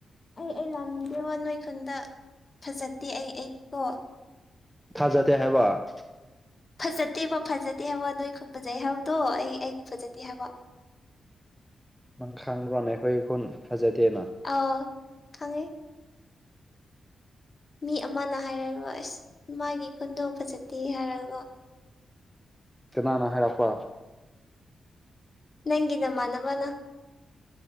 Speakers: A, on the left; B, in the centre.
A: ꯑꯩ ꯑꯩ ꯂꯥꯛꯅꯤꯡꯗꯦꯕ ꯅꯣꯏ ꯈꯨꯟꯗ ꯐꯖꯠꯇꯦ ꯑꯩ ꯑꯩꯒꯤꯀꯣ
B: ꯊꯥꯖꯗꯦ ꯍꯥꯏꯕ
A: ꯐꯖꯠꯇꯦꯕ ꯐꯖꯗꯦ ꯍꯥꯏꯕ ꯅꯣꯏ ꯈꯨꯝ ꯐꯖꯩ ꯍꯥꯏꯕꯗꯣ ꯑꯩ ꯑꯩꯒꯤ ꯐꯖꯗꯦ ꯍꯥꯏꯕ
B: ꯅꯪ ꯈꯪꯕ꯭ꯥꯔꯅꯦ ꯑꯩꯈꯣꯏꯒꯤ ꯈꯨꯨꯟ ꯐꯖꯗꯦꯅ
A: ꯑꯧ ꯈꯪꯉꯦ ꯃꯤ ꯑꯃꯅ ꯍꯥꯏꯔꯔꯣꯏ ꯑꯁ ꯃꯥꯒꯤ ꯈꯨꯟꯗꯣ ꯐꯖꯗꯦ ꯍꯥꯏꯔꯒ ꯀꯣ
B: ꯀꯅꯥꯅ ꯍꯥꯏꯔꯛꯄ
A: ꯅꯪꯒꯤ ꯅꯃꯥꯟꯅꯕꯅ